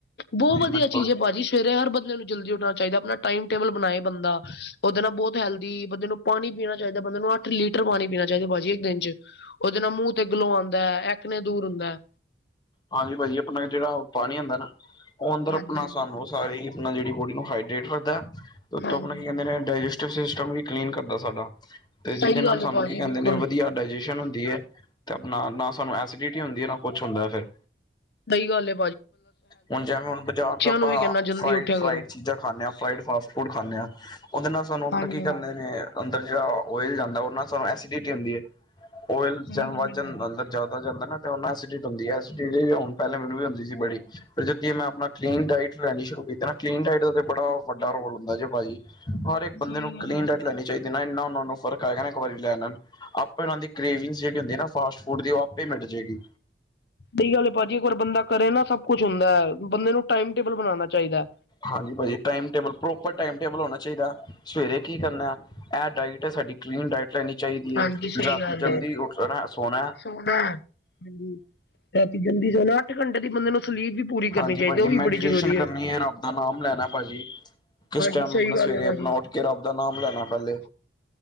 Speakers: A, on the left (about 60°); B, on the left (about 25°).
A: ਬਹੁਤ ਵਧੀਆ
B: ਬਿਲਕੁਲ
A: ਚੀਜ਼ ਐ ਭਾਜੀ। ਸਵੇਰੇ ਹਰ ਬੰਦੇ ਨੂੰ ਜਲਦੀ ਉੱਠਣਾ ਚਾਹੀਦਾ। ਆਪਣਾ ਟਾਈਮ-ਟੇਬਲ ਬਣਾਏ ਬੰਦਾ। ਓਦੇ ਨਾਲ ਬਹੁਤ ਹੈਲਦੀ ਬੰਦੇ ਨੂੰ ਪਾਣੀ ਪੀਣਾ ਚਾਹੀਦਾ। ਬੰਦੇ ਨੂੰ ਅੱਠ ਲੀਟਰ ਪਾਣੀ ਪੀਣਾ ਚਾਹੀਦਾ ਬਾਜੀ ਇੱਕ ਦਿਨ ਚ। ਉਹਦੇ ਨਾਲ ਮੂੰਹ ਤੇ ਗਲੋ ਆਂਦਾ ਐ ਐਕਨੇ ਦੂਰ ਹੁੰਦਾ।
B: ਹਾਂਜੀ ਭਾਜੀ ਆਪਣਾ ਜਿਹੜਾ ਪਾਣੀ ਆਦਾ ਨਾ। ਉਹ ਅੰਦਰ
A: ਹਾਂਜੀ
B: ਆਪਣਾ
A: ਹਾਂਜੀ
B: ਸਾਨੂੰ ਸਾਰੇ ਹੀ ਆਪਣਾ ਜਿਹੜੀ ਬੋਡੀ ਨੂੰ ਹਾਈਡਰੇਟ ਰੱਖਦਾ ਐ। ਤੇ ਉੱਥੋਂ
A: ਹਾਂਜੀ
B: ਆਪਣਾ ਕੀ ਕਹਿੰਦੇ ਨੇ। ਡਾਇਜਸਟਿਵ ਸਿਸਟਮ ਵੀ ਕਲੀਨ ਕਰਦਾ ਸਾਡਾ। ਤੇ ਜਿਹਦੇ
A: ਸਹੀ
B: ਨਾਲ
A: ਗੱਲ
B: ਸਾਨੂੰ
A: ਹੈ ਭਾਜੀ
B: ਕੀ ਕਹਿੰਦੇ
A: ਬਿਲਕੁਲ
B: ਨੇ ਵਧੀਆ ਡਾਇਜੈਸ਼ਨ ਹੁੰਦੀ ਐ। ਤੇ ਆਪਣਾ ਨਾ ਸਾਨੂੰ ਐਸੀਡਿਟੀ ਹੁੰਦੀ ਐ, ਨਾ ਕੁਛ ਹੁੰਦਾ ਫਿਰ।
A: ਦਹੀ ਗੱਲ ਐ।
B: ਹੁਣ ਜਿਵੇਂ ਹੁਣ ਬਾਜ਼ਾਰ ਦਾ ਆਪਾਂ
A: ਨੂੰ ਵੀ ਕਹਿੰਦਾ ਜਲਦੀ
B: ਫਰਾਈਡ-ਫਰਾਈਡ
A: ਉੱਠਿਆ ਕਰੋ
B: ਚੀਜ਼ਾਂ ਖਾਂਦੇ ਆਂ। ਫਰਾਈਡ ਫਾਸਟ ਫੂਡ ਖਾਣੇ ਆਂ। ਉਹਦੇ ਨਾਲ ਸਾਨੂੰ ਆਪਣਾ
A: ਹਾਂਜੀ
B: ਕੀ
A: ਹਾਂਜੀ
B: ਕਰਨੇ ਨੇ ਅੰਦਰ ਜਿਹੜਾ ਓਇਲ ਜਾਂਦਾ ਉਹਦੇ ਨਾਲ ਸਾਨੂੰ ਐਸੀਡਿਟੀ ਹੁੰਦੀ ਏ। ਓਇਲ
A: ਸਹੀ
B: ਜਾਵਾ
A: ਗੱਲ ਹੈ ਭਾਜੀ,
B: ਅੰਦਰ ਜਿਆਦਾ ਜਾਂਦਾ ਨਾ ਓਹਦੇ ਨਾਲ ਐਸੀਡਿਟੀ ਹੁੰਦੀ ਐ। ਮੈਨੂੰ ਵੀ ਹੁੰਦੀ ਸੀ ਬੜੀ। ਫਿਰ ਜਿਵੇਂ ਮੈਂ ਆਪਣਾ ਕਲੀਨ ਡਾਇਟ ਲੈਣੀ ਸ਼ੁਰੂ ਕੀਤਾ ਨਾ। ਕਲੀਨ ਡਾਇਟ ਦਾ ਤੇ ਬੜਾ ਵੱਡਾ ਰੋਲ ਹੁੰਦਾ ਭਾਂਜੀ। ਹਰ ਇੱਕ ਬੰਦੇ
A: ਸਹੀ
B: ਨੂੰ
A: ਗੱਲ
B: ਕਲੀਨ
A: ਹੈ
B: ਡਾਈਟ
A: ਭਾਜੀ।
B: ਲੈਣੀ ਚਾਹੀਦੀ ਨਾ ਇੰਨਾ ਮੰਨ ਲਓ ਫਰਕ ਹੈਗਾ ਨਾ ਇੱਕ ਵਾਰੀ ਲੈਣ ਨਾਲ। ਆਪੇ ਉਹਨਾਂ ਦੀ ਗ੍ਰੇਵਿੰਗ ਸੀਟ ਹੁੰਦੀ ਨਾ ਫਾਸਟ ਫੂਡ ਦੀ ਉਹ ਆਪੇ ਮਿਟ ਜੇ ਗੀ।
A: ਸਹੀ ਗੱਲ ਐ ਭਾਜੀ ਇੱਕ ਵਾਰ ਬੰਦਾ ਕਰੇ ਨਾ ਸਭ ਕੁੱਛ ਹੁੰਦਾ ਐ। ਬੰਦੇ ਨੂੰ ਟਾਈਮ-ਟੇਬਲ ਬਣਾਣਾ ਚਾਹੀਦਾ ਐ।
B: ਹਾਂਜੀ ਭਾਂਜੀ। ਟਾਈਮ-ਟੇਬਲ ਪ੍ਰੋਪਰ ਟਾਈਮ-ਟੇਬਲ ਹੋਣਾ ਚਾਹੀਦਾ। ਸਵੇਰੇ ਕੀ ਕਰਨਾ ਐ ਡਾਇਟ ਏ ਸਾਡੀ ਕਲੀਨ ਡਾਇਟ ਲੈਨੀ ਚਾਹੀਦੀ
A: ਹਾਂਜੀ
B: ਐ
A: ਸਹੀ
B: ਰਾਤੀਂ
A: ਗੱਲ
B: ਜਲਦੀ
A: ਹੈ,
B: ਉੱਠਣਾ-ਸੋਣਾ।
A: ਸੋਣਾ ਹਾਂਜੀ ਰਾਤੀਂ ਜਲਦੀ ਸੋਣਾ ਅੱਠ ਘੰਟੇ ਦੀ ਬੰਦੇ ਨੂੰ ਸਲੀਫ ਵੀ। ਪੂਰੀ ਕਰਨੀ
B: ਹਾਂਜੀ
A: ਚਾਹੀਦੀ,
B: ਭਾਜੀ,
A: ਉਹ ਵੀ
B: ਮੈਡੀਟੇਸ਼ਨ
A: ਬੜੀ ਜ਼ਰੂਰੀ
B: ਕਰਨੀ
A: ਹੈ।
B: ਐ ਰੱਬ ਦਾ ਨਾਮ ਲੈਣਾ ਭਾਜੀ। ਕਿਸ
A: ਹਾਂਜੀ
B: ਟਾਈਮ
A: ਸਹੀ
B: ਆਪਣਾ
A: ਗੱਲ
B: ਸਵੇਰੇ
A: ਹੈ ਭਾਜੀ।
B: ਆਪਣਾ ਉੱਠ ਕੇ ਰੱਬ ਦਾ ਨਾਮ ਲੈਣਾ ਪਹਿਲੇ।